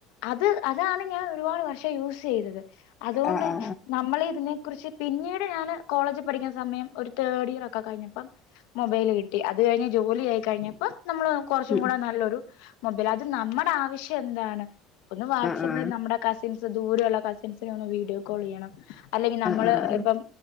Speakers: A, on the left; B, on the left.
A: അത് അ അതാണ് ഞാൻ ഒരുപാട് വർഷം യൂസ് ചെയ്തത് അതുകൊണ്ട്
B: ആ ആ
A: നമ്മളിതിനെ കുറിച്ച് പിന്നീട് ഞാൻ കോളേജിൽ പഠിക്കുന്ന സമയം ഒരു തേർഡ് ഇയറൊക്കെ കഴിഞ്ഞപ്പം മൊബൈല് കിട്ടി അത് കഴിഞ്ഞ് ജോലി ആയി കഴിഞ്ഞപ്പോ നമ്മള് കുറച്ചും
B: ഉം
A: കൂടെ നല്ലൊരു മൊബൈൽ അത് നമ്മുടെ ആവശ്യം എന്താണ് ഒന്ന്
B: ആ ആ
A: നമ്മുടെ കസിൻസ് ദൂരയുള്ള കസിൻസിനെ ഒന്ന് വീഡിയോ കോൾ ചെയ്യണം അല്ലെങ്കിൽ നമ്മള്
B: ആ ആ
A: ഇപ്പം